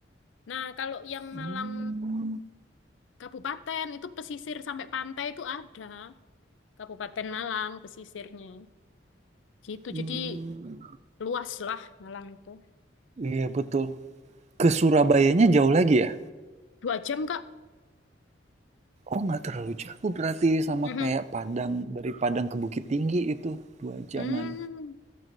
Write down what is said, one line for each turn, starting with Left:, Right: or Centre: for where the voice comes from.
Left: Nah, kalau yang
Right: Mmm,
Left: Malang Kabupaten itu pesisir sampai pantai itu ada. Kabupaten Malang pesisirnya. Gitu.
Right: mmm,
Left: Jadi luas lah Malang itu.
Right: iya betul. Ke Surabayanya jauh lagi ya?
Left: Dua jam, Kak.
Right: Oh, nggak terlalu jauh berarti sama
Left: Mhm.
Right: kayak Padang, dari Padang ke Bukit Tinggi itu 2 jaman.
Left: Hmm.